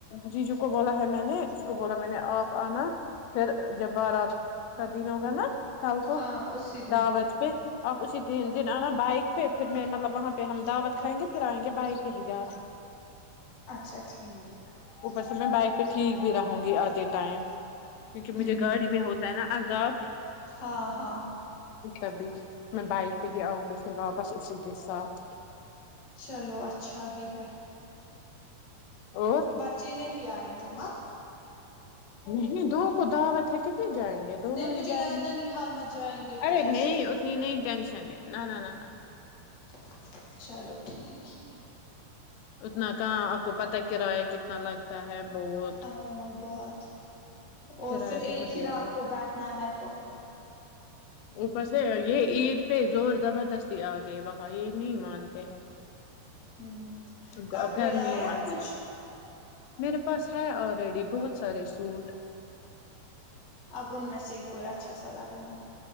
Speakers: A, on the left; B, on the left.
A: جی جو کو بولا ہے میں نے اس کو بولا میں نے آپ آنا پھر جب بارات کا دن ہوگا نا کل کو
B: ہاں اسی دن
A: د بج پہ اپ اسی تین دن آنا بائک پہ پھر میں مطلب وہاں پہ ہم دعوت کھائیں گے پھر آئیں گے بائک پہ ہی گھر
B: اچھا ٹھیک
A: اوپر سے میں بائک پہ ٹھیک بھی رہوں گی آجے ٹائم کیونکہ مجھے
B: ہوں
A: گاڑی میں ہوتا ہے نا آزاب
B: ہاں ہاں
A: تبھی میں بائک پہ ہی آؤں گی پھر واپس اسی کے ساتھ
B: چلو اچھا ہی ہے
A: اور
B: بچے نہیں آئیں گے مت
A: نہیں دو کو دعوت ہے کہ ا جائیں گے دونوں
B: نہیں
A: ہی
B: مجھے
A: جائیں
B: لگا ننیحال
A: گے نا
B: مت جائیں گے پھر
A: ارے
B: ایسے
A: نہیں
B: ہی
A: اتنی نہیں ٹینشن ہے نانا نانا
B: <unintelligible> چلو ٹھیک ہے
A: اتنا کہاں آپ کو پتا کرایہ کتنا لگتا ہے بہت
B: ہاں بہت اور
A: کرایہ
B: پھر
A: بہت
B: ایک
A: دینا
B: ہی رات
A: پڑتا
B: کو بیٹھنا ہے تو
A: اوپر سے یہ عید پہ زور زبردستی آ گئے وہاں یہ نہیں مانتے ہیں
B: ہ
A: ان کو
B: کپڑے
A: اب گھر
B: لائےائے
A: نہیں مان
B: آپ کچھ
A: سکتے۔ میرے پاس ہے آلریڈی بہت سارے سوٹ
B: اب ان میں سے ہی کوئی اچھا سا لگانا